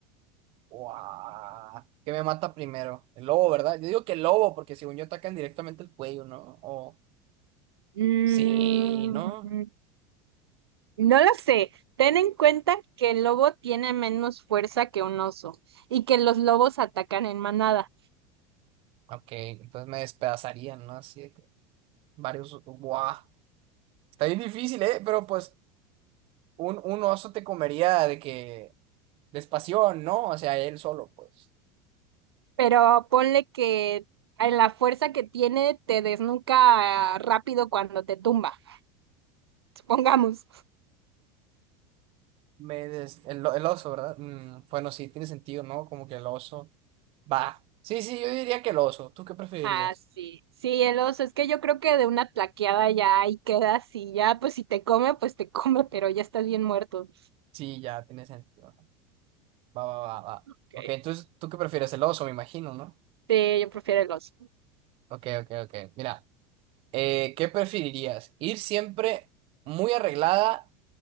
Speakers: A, on the right (about 40°); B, on the right (about 70°).
A: Wow, ¿qué me mata primero? El lobo, ¿verdad? Yo digo que el lobo, porque según yo atacan directamente el cuello, ¿no? O
B: Mm,
A: sí, ¿no?
B: no lo sé. Ten en cuenta que el lobo tiene menos fuerza que un oso y que los lobos atacan en manada.
A: Ok, entonces me despedazarían, ¿no? Así de que varios, wow. Está bien difícil, ¿eh? Pero pues un, un oso te comería de que Despasión, ¿no? O sea, él solo, pues.
B: Pero ponle que a la fuerza que tiene te desnuca rápido cuando te tumba, <laughs> supongamos.
A: Me des- el, el oso, ¿verdad? Mm, bueno, sí, tiene sentido, ¿no? Como que el oso. Va. Sí, sí, yo diría que el oso. ¿Tú qué preferirías?
B: Ah, sí, sí, el oso, es que yo creo que de una tlaqueada ya ahí quedas y ya, pues si te come, pues te <laughs> come, pero ya estás bien muerto.
A: Sí, ya, tiene sentido. Va, va, va, va.
B: Ok.
A: Ok, entonces, ¿tú qué prefieres? El oso, me imagino, ¿no?
B: Sí, yo prefiero el oso.
A: Ok, ok, ok. Mira, eh, ¿qué preferirías? ¿Ir siempre muy arreglada